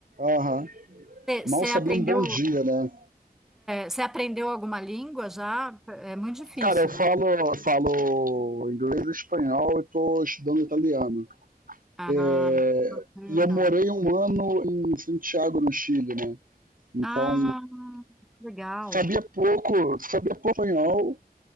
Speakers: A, on the right; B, in the centre.
A: Aham. Mal
B: Você
A: sabia
B: aprendeu,
A: um bom dia, né?
B: você aprendeu alguma língua já? É muito difícil,
A: Cara, eu falo,
B: não?
A: eu falo inglês e espanhol e tô estudando italiano.
B: Ah,
A: É,
B: bacana.
A: e eu morei um ano em Santiago, no Chile, né? Então,
B: Ah, legal.
A: sabia pouco, sabia pouco espanhol,